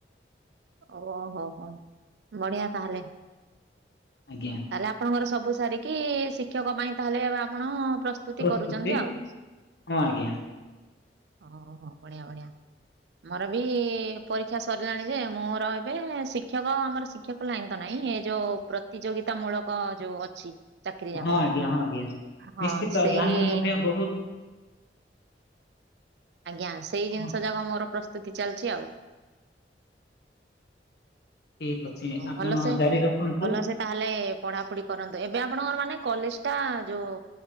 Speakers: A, on the right (about 70°); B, on the left (about 65°).
A: ଓହୋ ହୋ ବଢିଆ ତାହଲେ।
B: ଆଜ୍ଞା।
A: ତାହେଲେ ଆପଣଙ୍କର ସବୁ ସାରିକି ଶିକ୍ଷକ ପାଇଁ ତାହେଲେ ଏବେ ଆପଣ ପ୍ର ସ୍ତୁତି
B: ପ୍ରସ୍ତୁତି
A: କରୁଚନ୍ତି ଆଉ
B: ହଁ ଆଜ୍ଞା
A: ହଁ ହୋ ବଢିଆ ବଢିଆ। ମୋର ବି ପରୀକ୍ଷା ସରିଲାଣି ଯେ ମୁଁର ରହିବେ ଶିକ୍ଷକ ଆମର ଶିକ୍ଷକ ଲାଇନ୍ ତ ନାଇଁ ଏ ଯୋଉ ପ୍ରତିଯୋଗିତା ମୂଳକ ଯୋଉ ଅଛି। ଚାକିରିୀ
B: ହଁ
A: ଯାକ
B: ଆଜ୍ଞା ହଁ ଆଜ୍ଞା
A: ହଁ
B: ନିଶ୍ଚିତ
A: ସେଇ
B: ଆଜ୍ଞା ଆମେ ମଧ୍ୟ ବହୁତ
A: ଆଜ୍ଞା ସେଇ ଜିନିଷ
B: ହଁ
A: ଯାକ ମୋର ପ୍ରସ୍ତୁତି ଚାଲିଚି ଆଉ।
B: ଠିକ ଅଛି
A: ହଁ
B: ଆପଣ
A: ଭଲ ସେ
B: ଜାରି ରଖନ୍ତୁ
A: ଭଲ ସେ ତାହେଲେ ପଢାପଢି କରନ୍ତୁ ଏବେ ଆପଣଙ୍କର ମାନେ କଲେଜ ଟା ଯୋଉ